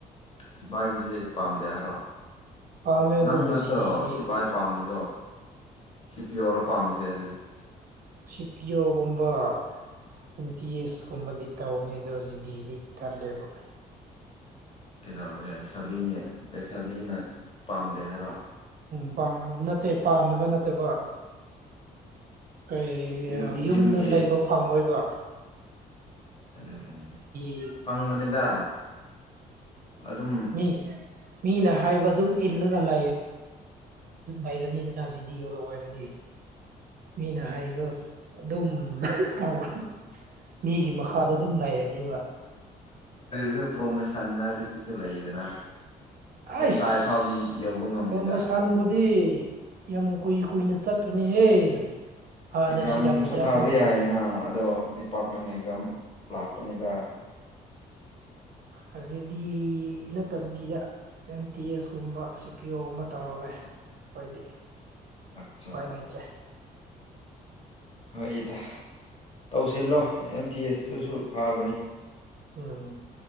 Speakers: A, on the left (about 30°); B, on the right (about 55°).
A: ꯁꯤꯐꯏꯒꯤꯁꯦ ꯄꯥꯝꯗꯦ ꯍꯥꯏꯔꯣ
B: ꯄꯥꯝꯃꯦ ꯑꯗꯨꯕꯨ
A: ꯅꯪ ꯅꯠꯇ꯭ꯔꯣ
B: ꯖꯤꯗꯤꯗꯤ
A: ꯁꯤꯐꯏ ꯄꯥꯝꯃꯤꯗꯣ ꯁꯤ ꯄꯤ ꯌꯧꯔ ꯄꯥꯝꯃꯤꯁꯦ ꯑꯗꯨꯗꯤ
B: ꯁꯤꯞꯌꯣꯒꯨꯝꯕ ꯑꯦꯝ ꯇꯤ ꯑꯦꯁ ꯀꯨꯝꯕꯗꯤ ꯇꯧꯅꯤ ꯑꯗꯣ ꯖꯤꯗꯤꯗꯤ ꯇꯜꯂꯦꯕ
A: ꯀꯩꯗꯧꯔꯒꯦ ꯂꯩꯁꯥꯕꯤꯅꯤ ꯂꯩꯁꯥꯕꯤꯅ ꯄꯥꯝꯗꯦ ꯍꯥꯏꯔꯣ
B: ꯎꯝꯥ ꯅꯠꯇꯦ ꯄꯥꯝꯗꯕ ꯅꯠꯇꯕ ꯀꯩ
A: ꯌꯨꯝ ꯌꯨꯝꯒꯤ
B: ꯌꯨꯝꯗ ꯂꯩꯕ ꯐꯪꯉꯣꯏꯕ
A: ꯑꯗꯨ
B: ꯏ
A: ꯐꯪꯕꯅꯤꯗ ꯑꯗꯨꯝ
B: ꯃꯤ ꯃꯤꯅ ꯍꯥꯏꯕ ꯑꯗꯨꯝ ꯏꯜꯂꯒꯅꯤ ꯂꯩꯔꯅꯤꯗꯅ ꯑꯁꯤꯗꯤ ꯑꯣꯏꯔꯗꯤ ꯃꯤꯅ ꯍꯥꯏꯕ ꯑꯗꯨꯝ ꯇꯈ꯭ꯔꯦ ꯃꯤꯒꯤ ꯃꯈꯥꯗ ꯑꯗꯨꯝ ꯂꯩꯔꯅꯦꯕ
A: ꯁꯨ ꯄ꯭ꯔꯣꯃꯣꯏꯁꯟꯅ ꯁꯤꯁꯨ ꯂꯩꯗꯅ
B: ꯑꯁ
A: ꯑꯦꯁ ꯑꯥꯏ ꯐꯥꯎꯗꯤ ꯌꯧꯕ ꯉꯝꯅꯤꯗ
B: ꯄ꯭ꯔꯃꯣꯁꯥꯟꯕꯨꯗꯤ ꯌꯥꯝ ꯀꯨꯏ ꯀꯨꯏꯅ ꯆꯠꯄꯅꯦꯍꯦ ꯍꯥꯟꯅ
A: ꯑꯦꯛꯖꯥꯝꯁꯨ
B: ꯁꯤꯔꯝꯒꯗ꯭ꯔꯥ
A: ꯊꯥꯕ
B: ꯈꯪꯗꯦꯅꯦ
A: ꯌꯥꯏꯌꯦꯅ ꯑꯗꯣ ꯗꯤꯄꯥꯔꯠꯃꯦꯟ ꯑꯦꯛꯖꯥꯝ ꯂꯥꯛꯄꯅꯤꯗ
B: ꯍꯧꯖꯤꯗꯤ ꯅꯠꯇꯕꯤꯗ ꯑꯦꯝ ꯇꯤ ꯑꯦꯁ ꯀꯨꯝꯕ ꯁꯤ ꯄꯤ ꯑꯣꯒꯨꯝꯕ ꯇꯧꯔꯒꯦ ꯑꯩꯈꯣꯏꯗꯤ
A: ꯑꯠꯆꯥ
B: ꯍꯣꯏ ꯂꯩꯇ꯭ꯔꯦ
A: ꯍꯪꯉꯏꯗ ꯇꯧꯁꯤꯜꯂꯣ ꯑꯦꯝ ꯇꯤ ꯑꯦꯁꯇꯨꯁꯨ ꯐꯥꯕꯅꯤ
B: ꯎꯝ